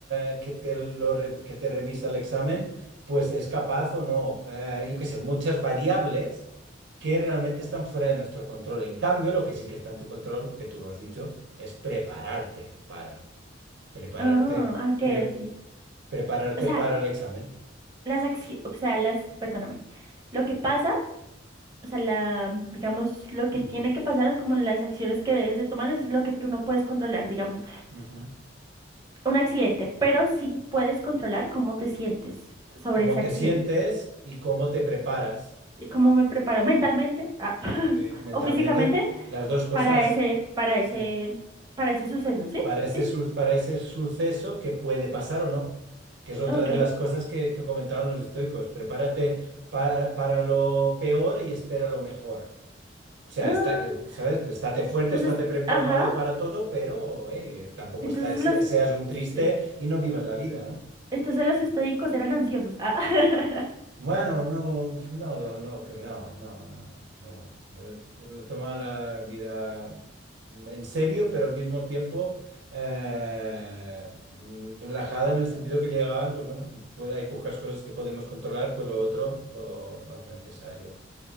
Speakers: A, on the right; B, on the right.
A: eh, que te, lo re- que te revisa el examen pues es capaz o no, eh, yo qué sé, muchas variables que realmente están fuera de nuestro control. En cambio, lo que sí que está en tu control, que tú lo has dicho, es prepararte para, prepararte,
B: Ah, ok,
A: pre-
B: sí. sí.
A: prepararte
B: O sea,
A: para el examen.
B: las acciones, o sea, las, perdóname, lo que pasa, o sea, la, digamos, lo que
A: Ujú,
B: tiene que pasar, como las acciones que debes de tomar es lo que tú no puedes controlar, digamos.
A: ujú.
B: un accidente, pero sí puedes controlar cómo te sientes sobre
A: Cómo
B: ese
A: te
B: accidente
A: sientes y cómo te preparas,
B: y cómo me preparo mentalmente ah, <laughs>
A: eh, mentalmente,
B: o físicamente
A: las dos cosas.
B: para ese, para ese,
A: Sí.
B: para ese suceso, ¿sí?
A: para ese,
B: Sí, sí.
A: su- para ese suceso que puede pasar o no, que es otra
B: ok.
A: de las cosas que, que comentaban los estoicos. Prepárate para, para lo peor y espera lo mejor. O sea,
B: Ah,
A: está, eh, ¿sabes? Pues Estate fuerte,
B: entonces,
A: estate pre- preparado
B: ajá,
A: para todo, pero eh, tampoco
B: entonces
A: estar- se-
B: los,
A: seas un triste
B: sí,
A: y no vivas la vida, ¿no?
B: entonces los estoicos eran ansiosos. Ah, <laughs>
A: Bueno, no, no, no, no, que no, no, no, no. Eh, Toma la vida en serio, pero al mismo tiempo eh, mm, relajada en el sentido que llegaban, pues bueno, pues hay pocas cosas que podemos controlar, pues lo otro lo, no es necesario.